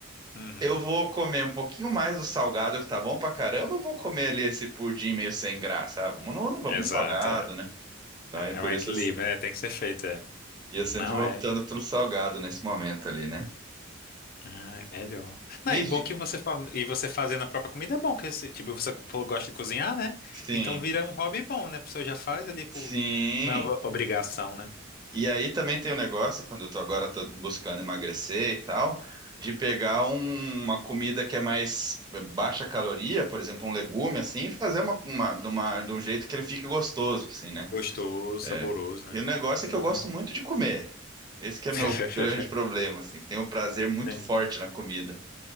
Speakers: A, on the left; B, on the right.
A: Uhum.
B: Eu vou comer um pouquinho mais do salgado que tá bom pra caramba, ou vou comer ali esse pudim meio sem graça? Ah, vamos no, vamos
A: Exato,
B: no salgado,
A: é.
B: né? Então,
A: É
B: é por
A: é um equilíbrio,
B: isso eu,
A: né? Tem que ser feito, é.
B: eu sempre
A: Não
B: vou
A: é.
B: optando pelo salgado nesse momento ali, né?
A: Ah, é melhor. Não,
B: Me,
A: e
B: di-
A: bom que você fa- e você fazendo a própria comida é bom, que você, tipo, você falou que gosta de cozinhar, né?
B: Sim.
A: Então vira um hobby bom, né? A pessoa já faz ali por...
B: Sim.
A: Não é uma obrigação, né?
B: E aí também tem o negócio, quando eu tô agora tô buscando emagrecer e tal, de pegar um- uma comida que é mais baixa caloria, por exemplo, um legume assim, e fazer uma, uma- de uma- de um jeito que ele fique gostoso, assim, né?
A: Gostoso, saboroso,
B: É.
A: né?
B: E o negócio
A: Ah.
B: é que eu gosto muito de comer. Esse que é meu
A: <laughs>
B: grande problema, assim. Tenho um prazer muito
A: Entendi.
B: forte na comida.